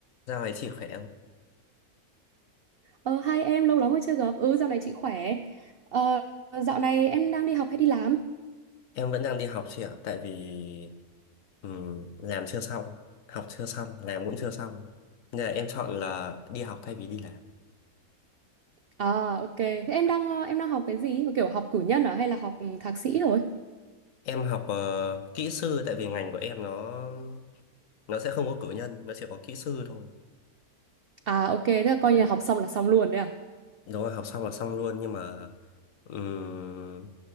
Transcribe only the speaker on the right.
Ờ, hai em lâu lắm mới chưa gặp. Ừ, dạo này chị khỏe. Ờ, dạo này em đang đi học hay đi làm?
À, ok. Thế em đang ờ, em đang học cái gì? Kiểu học cử nhân à hay là học thạc sĩ rồi?
À, ok. Thế là coi như là học xong là xong luôn đấy à?